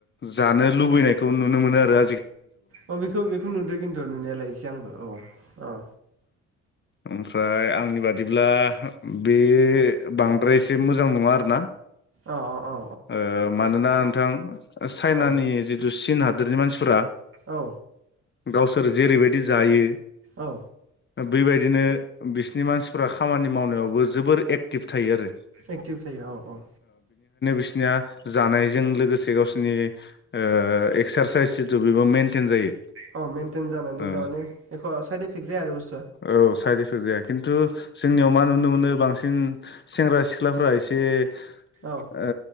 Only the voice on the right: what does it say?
अ बेखौ बेखौ नुदो खिन्थु नुनायालाय एसे आंबो औ औ।
औ औ
औ
औ।
औ।
एक्टिभ थायो औ औ।
अ मेेनटेन जानानै
तामाने एख साइद एफेक्ट जाया आरो बस्थुआ।
औ